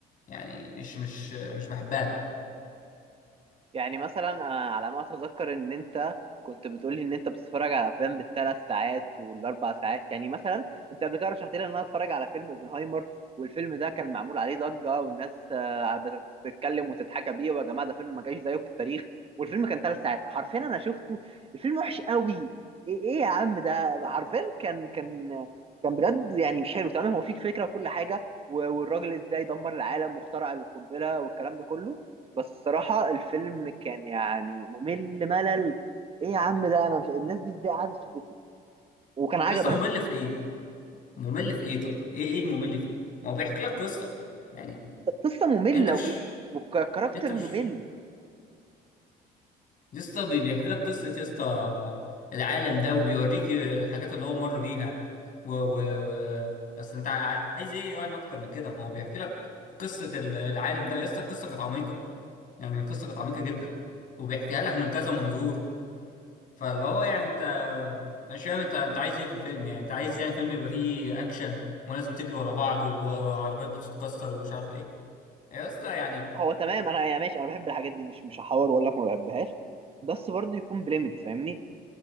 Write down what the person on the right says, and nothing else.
يعني مثلا انا على ما اتذكر ان انت كنت بتقولي ان انت بتتفرج على افلام بالثلاث ساعات والاربع ساعات يعني مثلا انت قبل كده رشحت لي ان انا اتفرج على فيلم اوبنهايمر والفيلم ده كان معمول عليه ضجه والناس آه، بتتكلم وتتحكى بيه ويا جماعه ده فيلم ما جاش زيه في التاريخ والفيلم كان ثلاث ساعات حرفيا انا شفته الفيلم وحش قوي ايه إيه يا عم ده حرفيا كان كان كان بجد يعني مش حلو تمام هو فيك فكره وكل حاجه و- والراجل ازاي دمر العالم واخترع القنبله والكلام ده كله بس الصراحة الفيلم كان يعني ممل ملل ايه يا عم ده انا مش الناس دي ازاي قعدت شافته وكان عجبك
القصة مملة
و- والكاركتر
ممل
هو تمام انا يعني ماشي انا بحب الحاجات دي مش مش هحاور واقول لك ما بحبهاش بس برضه يكون بليمت فاهمني